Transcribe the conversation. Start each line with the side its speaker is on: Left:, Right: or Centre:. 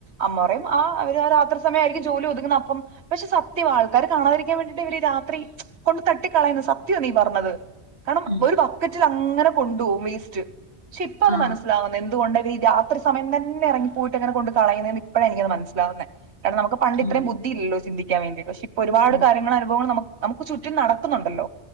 Right: അമ്മറയും ആ രാത്രി സമയമായിരിക്കും ജോലി ഒതുക്കുന്ന അപ്പം പെ സത്യം ആൾക്കാര് കാണാതിരിക്കാൻ വേണ്ടിയിട്ട് ഇവര് രാത്രി കൊണ്ട് തട്ടി കളയുന്ന സത്യ നീ പർന്നത് കാരണം
Left: ഉം
Right: ഒരു ബക്കറ്റിലിങ്ങനെ കൊണ്ടു പോകും വേസ്റ്റ്. ശേ ഇപ്പ അത്
Left: ആ
Right: മനസ്സിലാവുന്ന എന്തുകൊണ്ട് രാത്രി സമയം തന്നെ ഇറങ്ങിപ്പോയിട്ട് അങ്ങനെ കൊണ്ട് കളയുന്നന്ന് ഇപ്പഴാണ് എനിക്കത് മനസ്സിലാവുന്നേ കാര നമക്ക് പണ്ട് ഇത്ര
Left: ഉം
Right: ബുദ്ധില്ലോ ചിന്തിക്കാൻേവേണ്ടി പെ ഇപ്പോ ഒരുപാട
Left: അതെ
Right: കാര്യങ്ങൾ അനുഭവങ്ങൾ നമുക്ക് ചുറ്റും നടക്കുന്നുണ്ടല്ലോ